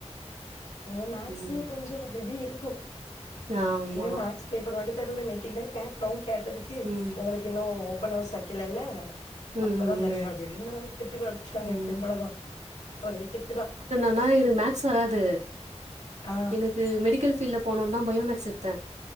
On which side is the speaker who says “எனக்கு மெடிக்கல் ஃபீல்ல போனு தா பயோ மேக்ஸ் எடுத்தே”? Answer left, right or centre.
Right